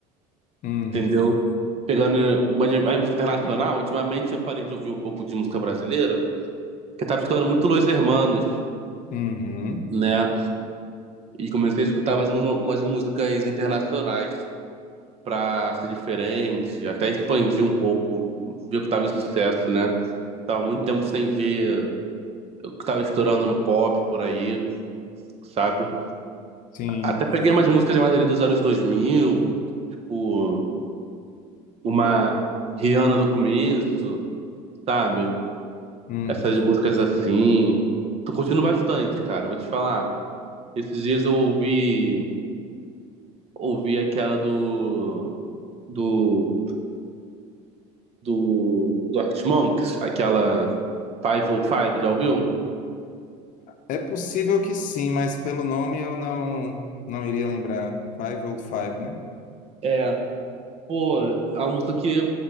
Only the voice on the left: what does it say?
Uhum.
Uhum.
Sim.
Uhum.
É possível que sim, mas pelo nome eu não não iria lembrar. Five Old Five, né?